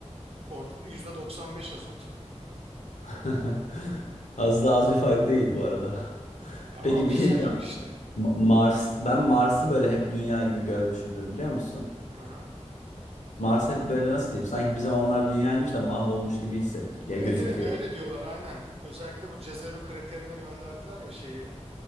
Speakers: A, on the right; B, on the left.
A: Orada da %95 azot.
B: <laughs> Az da az bir fark değil bu arada. <laughs>
A: Ya Ama
B: Peki
A: oksijen
B: bir şey diyeceğim.
A: yok işte.
B: Ma- Mars, ben Mars'ı böyle hep dünya gibi görmüşümdür biliyor musun?
A: Aha.
B: Mars hep böyle nasıl diyeyim? Sanki bir zamanlar dünyaymış da mahvolmuş gibi hissettiriyor.
A: Evet
B: gözüküyor.
A: evet öyle diyorlar aynen. Özellikle bu Jezero kraterine gönderdiler ya şeyi